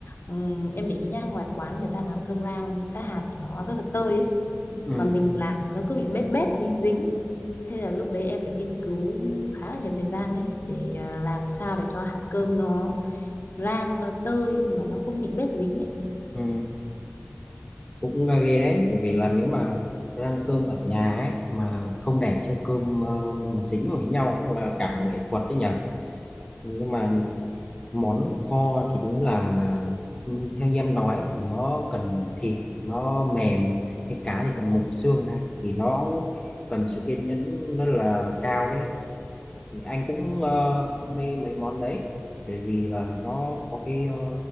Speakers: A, on the left; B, on the left.
A: ừm, em để ý nhá ngoài quán người ta làm cơm rang cái hạt của nó rất là tơi ấy
B: ừ
A: mà mình làm nó cứ bị bết bết dính dính thế là lúc đấy em phải nghiên cứu khá là nhiều thời gian đấy để à, làm sao để cho hạt cơm nó rang nó tơi mà nó không bị bết dính đấy
B: ừ cũng à, ghê đấy bởi vì là nếu mà rang cơm ở nhà ấy mà không để cho cơm ờ, mà dính vào với nhau cũng là cả một nghệ thuật đấy nhở nhưng mà món kho thì đúng là ừ, theo như em nói thì nó cần thịt nó mềm hay cá thì cần mục xương ra thì nó cần sự kiên nhẫn rất là cao đấy thì anh cũng ờ, mê mấy món đấy bởi vì là nó có cái ờ,